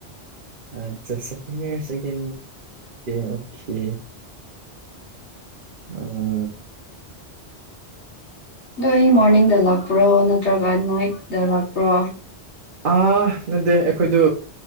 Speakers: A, on the right; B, on the left.
A: ꯑꯆꯥ ꯁꯦꯀ ꯏꯔ ꯁꯦꯀꯀꯦ ꯑꯣꯀꯦ ꯎ
B: ꯑꯣ ꯑꯩ ꯃꯣꯔꯅꯤꯡꯗ ꯂꯥꯛꯄ꯭ꯔꯣ ꯅꯠꯇ꯭ꯔꯒ ꯅꯥꯏꯠꯇꯗ ꯂꯥꯛꯄ꯭ꯔꯣ
A: ꯑꯥ ꯅꯗꯦ ꯑꯩꯈꯣꯏꯗ